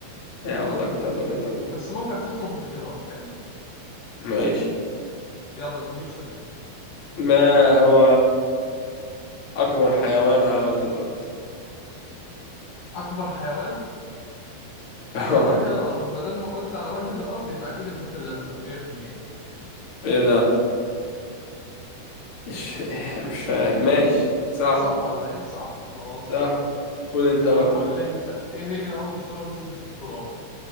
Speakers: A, on the left (about 45°); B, on the left (about 85°).
A: يا والله كنت عايز اقول ايطاليا
B: بس بقول لك تطلب بخيارات حلو
A: ماشي
B: يلا اديني سؤال
A: ما هو اكبر حيوان على وجه الارض
B: أكبر حيوان
A: <laughs>
B: على وجه الأرض بدل ما قلت على وجه الأرض يبقى أكيد الحوت الأزرق 100%
A: ايه ده مش مش فاهم ماشي صح
B: صح ولا إيه صح خلاص
A: صح قول انت بقى
B: طب قول لي انت ايه هي اول سورة نزلت في القرآن